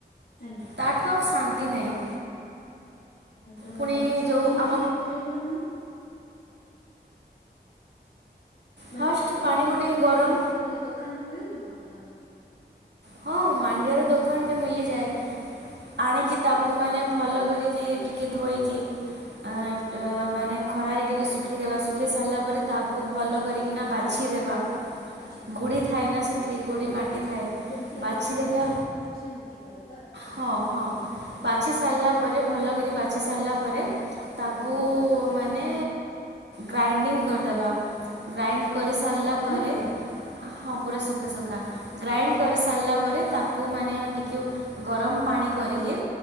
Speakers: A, on the left (about 80°); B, on the right (about 80°).
A: ଆଜ୍ଞା
B: ତାଠୁ ଆଉ ଶାନ୍ତି ଶାନ୍ତି ନାହିଁ।
A: ତ
B: ପୁଣି
A: ଆମେ ସେଇଟା
B: ଯେଉଁ
A: କେମିତି
B: ଆମ
A: କରିବା ମ୍ୟାମ୍? ମାନେ
B: ଫାଷ୍ଟ
A: ମାଣ୍ଡିଆ
B: ପାଣିକୁ
A: ଟା କେମିତି
B: ଟିକେ ଗରମ
A: ମାନେ ଦୋକାନରେ ମିଳିଯିବ? ମ୍ୟାଡ଼ମ।
B: ହଁ ମାଣ୍ଡିଆର ଦୋକାନରେ ମିଲିଯାଏ। ଆଣିକି
A: ଆଚ୍ଛା
B: ତାକୁ ମାନେ ଭଲ କରିକି ଟିକେ ଧୋଇକି ମାନେ
A: ଆଜ୍ଞା।
B: ଖରାରେ ଟିକେ ଶୁଖେଇଦବା ଶୁଖେଇ ସାରିଲା ପରେ ତାକୁ ଭଲ କରିକିନା ବାଛିଦେବା
A: ଆଜ୍ଞା ଆଚ୍ଛା ଆଚ୍ଛା
B: ଗୁଡ଼ି ଥାଏ ନା ସେ ଠି ଗୋଡ଼ି ମାଟି
A: ଆଚ୍ଛା
B: ଥାଏ।
A: ଆଚ୍ଛା ଯେମିତି
B: ବାଛି
A: ଆମେ ଗହମ
B: ଦେଲ
A: ଶୁଖଉଛୁ ସେମିତି କରିବା।
B: ହଁ ହଁ
A: ଆଜ୍ଞା
B: ବାଛି ସାରିଲା ପରେ ଭଲ କରି ବାଛି ସାରିଲା ପରେ ତାକୁ
A: ଆଜ୍ଞା
B: ମାନେ ମାନେ ଗ୍ରାଇଣ୍ଡିଙ୍ଗ କରିଦେବା। ଗ୍ରାଇଣ୍ଡ
A: ଆଚ୍ଛା ଆଚ୍ଛା
B: କରି
A: ସୁଖା
B: ସରିଲା
A: ସୁୁଖା
B: ପରେ
A: ନା ପୁରା
B: ହଁ ପୁରା ସୁଖ ସୁଖା ଗ୍ରାଇଣ୍ଡ
A: ଆଚ୍ଛା
B: ତାପରେ ତାକୁ ମାନେ ଟିକେ ଗରମ ପାଣି କରିକି